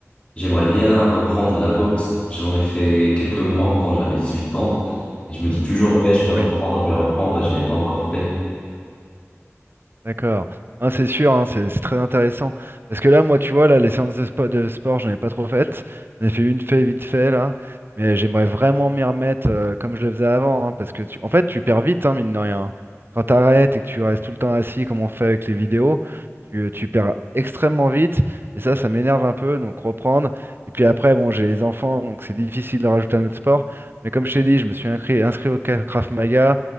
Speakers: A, on the left; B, on the right.
A: j'aimerais bien reprendre la boxe. J'en ai fait quelques mois quand j'avais dix huit ans. Et je me dis toujours,
B: Mm.
A: ouais, je vais reprendre,
B: Oui.
A: je vais reprendre, et je l'ai pas encore fait.
B: D'accord. Non, c'est sûr, hein, c'est c'est très intéressant. Parce que là, moi, tu vois, là, les séances de, spo- de sport, j'en ai pas trop faites. J'en ai fait une fait vite fait, là. Mais j'aimerais vraiment m'y remettre euh, comme je le faisais avant. hein, parce que, tu... en fait, tu perds vite, hein, mine de rien. Quand tu arrêtes et que tu restes tout le temps assis, comme on fait avec les vidéos, tu, euh, tu perds extrêmement vite. Et ça, ça m'énerve un peu. Donc, reprendre. Et puis après, bon, j'ai les enfants, donc c'est difficile de rajouter un autre sport. Mais comme je t'ai dit, je me suis inscrit, inscrit au Krav Maga.